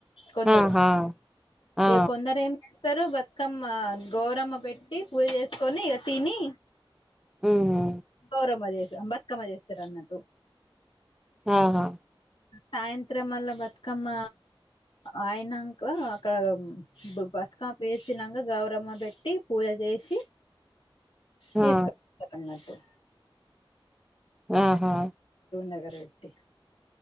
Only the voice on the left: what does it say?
కొందరు
ఇక కొందరు ఏం వస్తారు బతుకమ్మ గోరమ్మ పెట్టి పూజ చేసుకొని ఇక తిని
గౌరమ్మ చే బతుకమ్మ చేస్తారు అన్నట్టు
సాయంత్రం మళ్ళ బతుకమ్మ ఆయనాక అక్కడ బతు క్క వేసినక గౌరమ్మ పెట్టి పూజ చేసి తీసుక
పోతాము అన్నట్టు
దగ్గర వెట్టి